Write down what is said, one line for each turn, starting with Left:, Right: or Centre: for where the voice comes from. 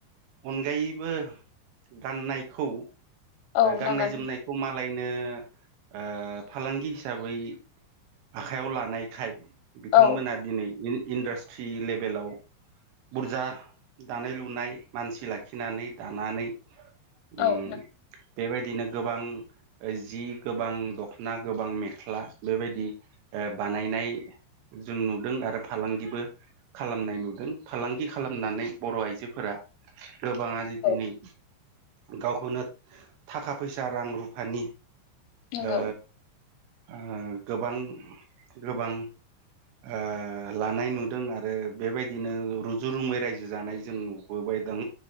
Right: अनगायैबो गाननायखौ
Left: औ
Right: गाननाय
Left: नांगोन
Right: जोमनायखौ मा लायनो ओ फालांगि हिसाबै आखाइयाव लानायखाय बिथांमोना
Left: औ
Right: दिनै इन-इन्डास्ट्रि लेभेलाव बुरजा दानाय लुनाय मानसि लाखिनानै दानानै
Left: औ
Right: उम
Left: नों-
Right: बेबायदिनो गोबां ओ जि गोबां दखना गोबां मेख्ला बेबायदि ओ बानायनाय जों नुदों आरो फालांगिबो खालामनाय नुदों फालांगि खालामनानै बर' आइजोफोरा गोबाङानो
Left: औ
Right: दिनै गावखौनो थाखा फैसा रां रुफानि
Left: नंगौ
Right: ओ ओ गोबां गोबां ओ लानाय नुदों आरो बेबायदिनो रुजु रुमै रायजो जानाय जों नुबोबाय दों।